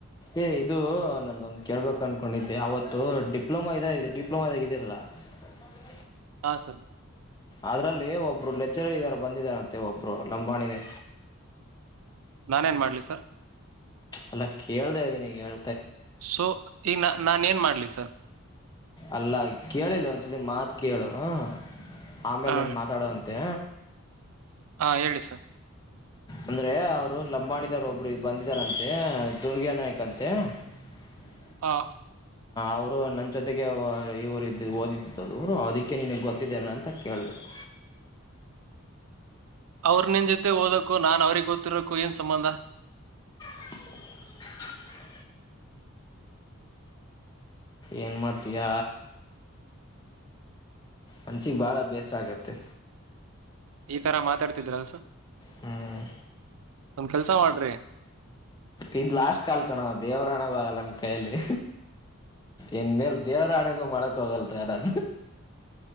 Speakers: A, on the left; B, on the right.
A: ಏ ಇದು ನಾನೊಂದು ಕೇಳ್ಬೇಕು ಅನ್ಕೊಂಡಿದ್ದೆ ಅವತ್ತು ಡಿಪ್ಲೊಮಾ ಇದ ಡಿಪ್ಲೊಮಾ ಇದಾಗ ಇದರಲ್ಲ ಹೌದು
B: ಹಾ ಸರ್
A: ಅದ್ರಲ್ಲಿ ಒಬ್ರು ಲೆಚ್ಚರರ್ ಇದಾರ ಬಂದಿದಾರಂತೆ ಒಬ್ರು ಲಂಬಾಣಿನೇ
B: ನಾನೇನ್ ಮಾಡ್ಲಿ ಸರ್
A: ಅಲ್ಲ ಕೇಳ್ದ್ರೀ ನಗೆ ಹೇಳ
B: ಸೊ ಈ ನ ನಾನನ್ ಏನ್ ಮಾಡ್ಲಿ ಸರ್
A: ಅಲ್ಲ ಕೇಳಿಲ್ಲ ಒಂದ್ಸಲಿ ಮಾತು ಕೇಳು ಹ ಆಮೇಲೆ
B: ಹಾ
A: ನು ಮಾತಾಡುವಂತೆ
B: ಹಾ ಹೇಳಿ ಸರ್
A: ಅಂದ್ರೆ ಅವ್ರು ಲಂಬಾಣಿದರ್ ಒಬ್ರು ಇ ಬಂದಿದಾರಂತೆ ದುರ್ಗ ನಾಯ್ಕ್ ಅಂತೆ ಹ <unintelligible>
B: ಹಾ
A: ಅವರು ನನ್ನ ಜೊತೆಗೆ ಇವರು ಇದ್ದಿದ್ದು ಓದಿದ್ದ ಅವರು ಅದಕ್ಕೆ ನಿನಗೆ ಗೊತ್ತಿದ್ದೇ ಅಂತ ಕೇಳಿದೆ ಹ <unintelligible>
B: ಅವ್ರ ನಿನ್ ಜೊತೆ ಓದಕ್ಕೋ ನಾನ್ ಅವ್ರಿಗೆ ಗೊತ್ತಿರಕ್ಕೋ ಏನ್ ಸಂಬಂಧ
A: <inaudible> ಏನ್ ಮಾಡತಿಯ ಮನಸಿಗೆ ಭಾಳ ಬೇಸ್ ಆಗತ್ತೆ
B: ಈ ತರ ಮಾತಾಡ್ತಿದ್ರಲ್ಸ
A: ಹ್ಮ್
B: ನಮ್ ಕೆಲ್ಸ ಮಾಡ್ರಿ
A: ಇ ಲಾಸ್ಟ್ ಕಾಲ್ ಕಣ ದೇವರಾಣಗ ಆಗಲ್ಲ ನನ್ ಕೈಯಲ್ಲಿ ಇನ್ ಮೇಲ್ ದೇವರಾಣ ಅನಗ ಮಕೋಗಲ್ ತ ನಾನ